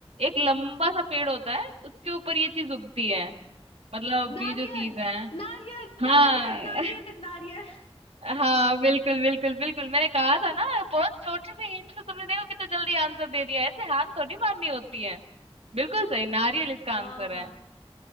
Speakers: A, on the right (about 75°); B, on the left (about 75°).
A: एक लंबा सा पेड़ होता है उसके ऊपर ये चीज उगती है मतलब
B: नारियल
A: ये जो चीज है
B: नारियल
A: हाँ
B: नारियल नारियल
A: <laughs>
B: नारियल
A: हाँ बिल्कुल बिल्कुल बिल्कुल मैंने कहा था ना बहुत छोटे से हिंट से तुमने देखो कितना जल्दी आंसर दे दिया ऐसे हार थोड़ी मारनी होती है बिल्कुल सही नारियल इसका
B: हाँ
A: आंसर
B: हाँ
A: है